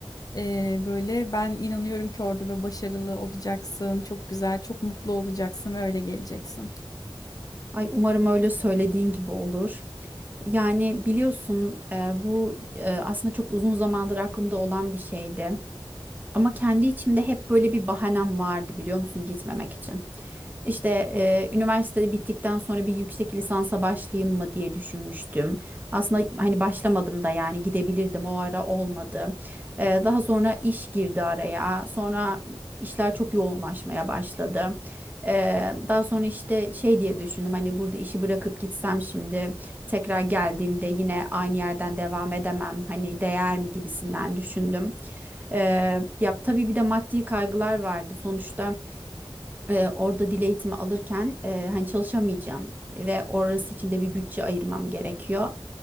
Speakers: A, on the left; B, on the right.
A: e, böyle ben inanıyorum ki orada böyle başarılı olacaksın, çok güzel, çok mutlu olacaksın ve öyle geleceksin.
B: ay umarım öyle söylediğin gibi olur. Yani biliyorsun e, bu e, aslında çok uzun zamandır aklımda olan bir şeydi. Ama kendi içimde hep böyle bir bahanem vardı biliyor musun gitmemek için. İşte e, üniversite bittikten sonra bir yüksek lisansa başlayayım mı diye düşünmüştüm. Aslında hani başlamadım da yani gidebilirdim o ara olmadı. E, daha sonra iş girdi araya. Sonra işler çok yoğunlaşmaya başladı. E, daha sonra işte şey diye düşündüm hani burada işi bırakıp gitsem şimdi tekrar geldiğimde yine aynı yerden devam edemem. Hani değer mi gibisinden düşündüm. Eee, ya tabii bir de maddi kaygılar vardı. Sonuçta eee, orada dil eğitimi alırken eee, hani çalışamayacağım ve orası için de bir bütçe ayırmam gerekiyor.